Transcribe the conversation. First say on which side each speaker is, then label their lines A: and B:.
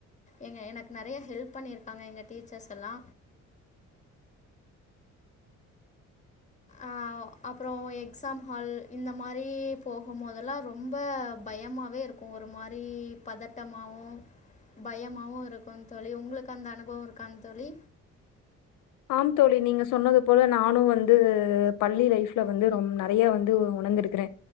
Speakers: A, on the left; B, on the left.
A: எங்க எனக் நெறைய ஹெல்ப் பண்ணியிருக்காங்க எங்க டீச்சர்ஸ் எல்லா ஆ அப்புறோ எக்ஸாம் ஹால் இந்த மாரி போகு போதெல்லா ரொம்ப பயமாவே இருக் கு ஒரு மாரி பதட்டமாவு பயமாவு இருக்குங் தோழி உங்களுக்கு அந்த அனுபவோ இருக்காங் தோழி
B: ஆம் தோழி நீங்க சொன்னது போல நானு வந்து பள்ளி லைஃப்ல வந்து ரொம் நெறைய வந்து உணந்திருக்கிறே